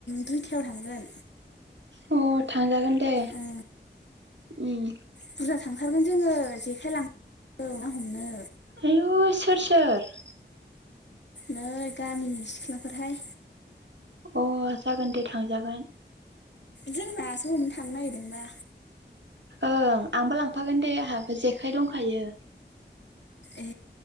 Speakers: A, on the left; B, on the right.
A: दुइथायाव थांगोन
B: अ थांजागोन दे
A: ओ
B: उम
A: बुरजा थांथारगोन जोङो जेखाइ लांनागौ ना हमनो
B: आयु सोर सोर
A: नै गामिनि सिख्लाफोरहाय
B: अ जागोन दे थांजागोन
A: जोंना सो हमनो थांनो नागिरदोंबा
B: ओं आंबो लांफागोन दे आंहाबो जेखाइ दंखायो
A: ए